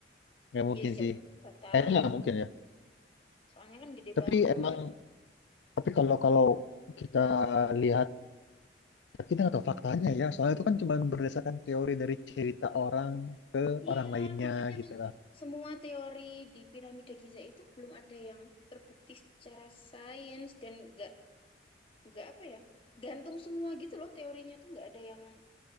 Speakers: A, on the left; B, on the left.
A: Nggak mungkin
B: ya siapa
A: sih.
B: nggak tahu.
A: Kayaknya nggak mungkin ya.
B: Soalnya kan gede
A: Tapi
B: banget.
A: emang, tapi kalau kalau kita lihat, tapi kita nggak tahu faktanya ya. Soalnya itu kan cuma berdasarkan teori dari cerita orang ke
B: Iya,
A: orang lainnya
B: makanya
A: gitu
B: kan
A: lah.
B: semua teori di piramida Giza itu belum ada yang terbukti secara sains dan nggak nggak apa ya? Gantung semua gitu loh teorinya tuh nggak ada yang